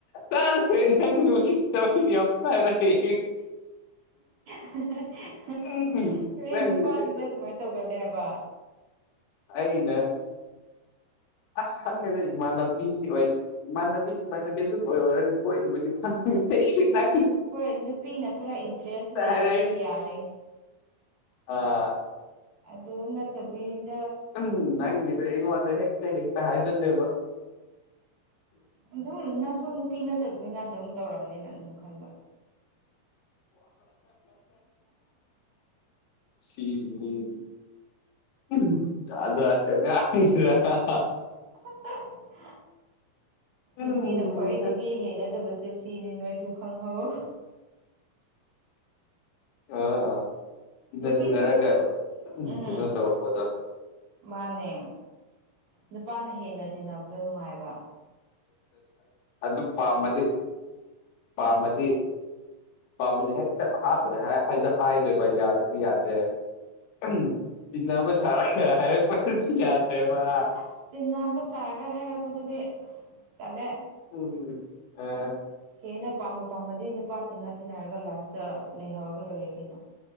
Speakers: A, on the left; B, on the right.
A: ꯆꯥꯠ ꯐꯦ ꯅꯪꯁꯨꯁꯤꯠꯇꯕꯗꯤ ꯌꯥꯝ ꯄꯥꯏꯔꯛꯑꯦ
B: <unintelligible>
A: ꯎꯝ
B: ꯀ
A: ꯅꯪꯒꯤ
B: ꯅꯨꯄꯥꯁꯤꯡꯁꯦ
A: ꯎꯁꯤꯠꯇ
B: ꯑꯗꯨꯃꯥꯏꯅ ꯇꯧꯒꯜꯂꯦ ꯍꯥꯏꯕ
A: ꯑꯩꯗ ꯑꯁ ꯈꯪꯉꯦꯗ ꯏꯃꯥꯟꯅꯕꯤ ꯑꯣꯏ ꯃꯥꯟꯅꯕꯤ ꯃꯥꯟꯅꯕꯤ ꯑꯗꯨꯝ ꯑꯣꯏꯔ ꯍꯥꯏꯔꯒ ꯀꯣꯏꯔꯨꯕꯒꯤ ꯈ ꯅ
B: ꯍꯣꯏ ꯅꯨꯄꯤꯅ ꯈꯔ ꯏꯟꯇꯔꯦꯁ ꯂꯩꯔꯗꯤ
A: ꯍꯥꯏꯔꯛꯏ
B: ꯌꯥꯏ
A: ꯑ
B: ꯑꯗꯨ ꯅꯠꯇꯕꯒꯤ
A: ꯎꯝ ꯅꯪꯒꯤꯗ ꯑꯩꯉꯣꯟꯗ ꯍꯦꯛꯇ ꯍꯦꯛꯇ ꯍꯥꯏꯖꯜꯂꯦꯕ
B: ꯑꯗꯨꯝ ꯅꯪꯁꯨ ꯅꯨꯄꯤ ꯅꯠꯇꯕꯅꯤꯅ ꯑꯗꯨꯝ ꯇꯧꯔꯝꯅꯤꯅ ꯑꯗꯨꯝ ꯈꯟꯕ
A: ꯁꯤ <unintelligible> ꯖ <unintelligible>
B: <unintelligible>
A: ꯎꯝ
B: ꯅꯨꯄꯤꯅ ꯈ꯭ꯋꯥꯏꯗꯒꯤ ꯍꯩꯅꯗꯕꯁꯦ ꯁꯤꯅꯤ ꯅꯣꯏꯁꯨ ꯈꯪꯍꯧ
A: ꯑꯥ ꯏꯟꯅ
B: ꯅꯨꯄꯤꯁꯤꯡꯁꯨ
A: ꯇꯔꯔꯒ
B: ꯎꯝ
A: ꯀꯩꯅꯣ ꯇꯧꯕꯄꯗꯣ
B: ꯃꯥꯅꯦ ꯅꯨꯄꯥꯅ ꯍꯦꯟꯅ ꯇꯤꯟꯅꯕꯗꯣ ꯅꯨꯡꯉꯥꯏꯕ
A: ꯑꯗꯨ ꯄꯥꯝꯃꯗꯤ ꯄꯥꯝꯃꯗꯤ ꯄꯥꯝꯕꯗꯤ ꯍꯦꯛꯇ ꯑꯍꯥꯟꯕꯗ ꯍꯥꯏꯗꯣꯏꯕ ꯌꯥꯗ꯭ꯔꯁꯨ ꯌꯥꯗ꯭ꯔꯦ ꯎꯝ ꯏꯟꯅꯕ ꯁꯔꯥ ꯍꯔ ꯄꯁ ꯌꯥꯗ꯭ꯔꯦꯕ
B: ꯑꯁ ꯇꯤꯟꯅꯕ ꯆꯥꯔꯒ ꯍꯥꯏꯔꯛꯄꯗꯨꯗꯤ ꯇꯜꯂꯦ
A: ꯎꯝ ꯑ <unintelligible> <inaudible>
B: ꯀꯦ ꯑꯩꯅ ꯄꯥꯝꯕ ꯄꯥꯝꯕꯗꯤ ꯅꯨꯄꯥ ꯇꯤꯟꯅ ꯇꯤꯟꯅꯔꯒ ꯂꯥꯁꯇ ꯂꯩꯍꯧꯔꯒ ꯂꯣꯏꯔꯦ ꯀꯩꯅꯣ